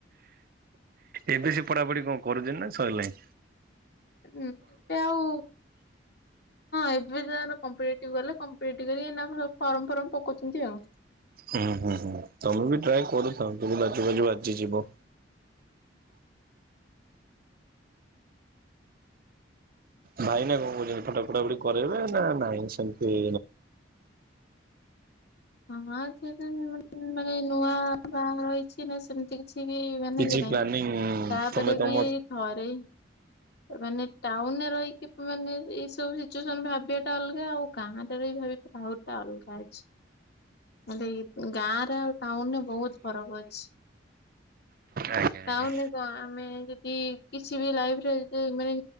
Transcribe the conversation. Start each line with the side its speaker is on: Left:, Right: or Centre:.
Right: ଏବେ ସେ ପଢାପଢି କଣ କରୁଛନ୍ତି ନା ସଇଁ ଲାଣି।
Left: ହୁଁ ଏବେ ଆଉ ଏବେ ତାର କଂପ୍ଲିଟ୍ କଲେ କଂପ୍ଲିଟ୍ କରିକି ଏନା ସବୁ ଫର୍ମ ଫର୍ମ ପକୋଉଛନ୍ତି ଆଉ।
Right: ହୁଁ ହୁଁ ହୁଁ ତମେ ବି ଟ୍ରାଏ କରୁଥା ତ ଲାଜୁ ବାଜୁ ଆଜି ଯିବ। ଭାଇ ନା କଣ କହୁଛନ୍ତି ଫଟା ଫଟା ଫୁଡି କରାଇବେ ନା ନାଇଁ ସେମିତି
Left: ହଁ ସେଟ ମାନେ ନୂଆ ବାହାଘରହିଛି ନା ସେମିତି କି ଛି ମାନେ
Right: କିଛି
Left: ଇଏ ନହିଁ
Right: ପ୍ଲାନିଂ
Left: ତାପରେ
Right: ତମେ ତମ
Left: ବି ଥରେ ମାନେ ଟାଉନରେ ରହିକି ମାନେ ଏଇ ସବୁ ସିଚୁଏସନ ଭାବିବା ଟା ଅଲଗା ଆଉ ଗାଁ ରେ ରହି ଭାଵିଆହୁରି ଅଲଗାଛି। ମୁ ଦେଇ ଗାଁରେ ଆଉ ଟାଉନ ରେ ବହୁତ ଫରକ ଅଛି।
Right: ଆଜ୍ଞା
Left: ତାହୁନ
Right: ଆଜ୍ଞା।
Left: କଣ ଆମେ ଯଦି କିଛି ବି ଲାଇଫରେ ଯଦି ମାନେ